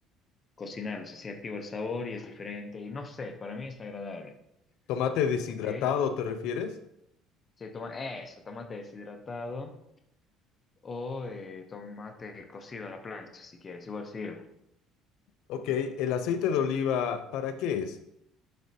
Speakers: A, on the left (about 20°); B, on the left (about 65°).
A: cocinarlos, así activa el sabor y es diferente y no sé, para mí es agradable,
B: ¿Tomate deshidratado
A: ¿ok?
B: te refieres?
A: Sí, toma, eso, tomate deshidratado. O eh, tomate cocido a la plancha, si quieres, igual sirve.
B: Ok, ¿el aceite de oliva para qué es?